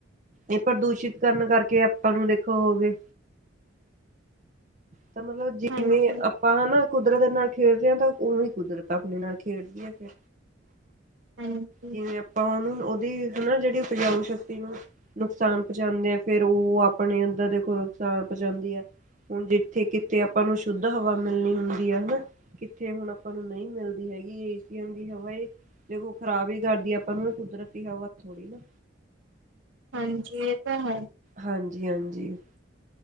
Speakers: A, on the right (about 40°); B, on the right (about 75°).
A: ਇਹ ਪ੍ਰਦੂਸ਼ਿਤ ਕਰਨ ਕਰਕੇ ਆਪਾਂ ਨੂੰ ਦੇਖੋ ਹੋ ਗਏ ਤਾਂ ਮਤਲਬ ਜਿਵੇਂ
B: ਹਾਂਜੀ
A: ਆਪਾਂ ਹਨਾ ਕੁਦਰਤ ਨਾਲ ਖੇਡਦੇ ਹਾਂ ਤਾਂ ਉਹੀ ਕੁਦਰਤ ਆਪਣੇ ਨਾਲ ਖੇਡਦੀ ਆ ਫਿਰ
B: ਹਾਂਜੀ
A: ਜਿਵੇਂ ਆਪਾਂ ਉਹਨੂੰ ਉਹਦੀ ਹਨ ਨਾ ਜਿਹੜੀ ਉਪਜਾਊ ਸ਼ਕਤੀ ਨੂੰ ਨੁਕਸਾਨ ਪਹੁੰਚਾਉਂਦੇ ਆ ਫੇਰ ਉਹ ਆਪਣੇ ਅੰਦਰ ਦੇਖੋ ਨੁਕਸਾਨ ਪਹੁੰਚਾਉਂਦੀ ਆ, ਹੁਣ ਜਿੱਥੇ ਕਿਥੇ ਆਪਾਂ ਨੂੰ ਸ਼ੁੱਧ ਹਵਾ ਮਿਲਣੀ ਹੁੰਦੀ ਆ ਹਨਾ ਕਿੱਥੇ ਹੁਣ ਆਪਾਂ ਨੂੰ ਨਹੀਂ ਮਿਲਦੀ ਹੈਗੀ ਏ ਸੀ ਦੀ ਹਵਾ ਏ ਦੇਖੋ ਖਰਾਬ ਹੀ ਕਰਦੀ ਆ ਆਪਾਂ ਨੂੰ ਵੀ ਕੁਦਰਤੀ ਹਵਾ ਥੋੜ੍ਹੀ ਨਾ
B: ਹਾਂਜੀ ਇਹ ਤਾਂ ਹੈ।
A: ਹਾਂਜੀ, ਹਾਂਜੀ।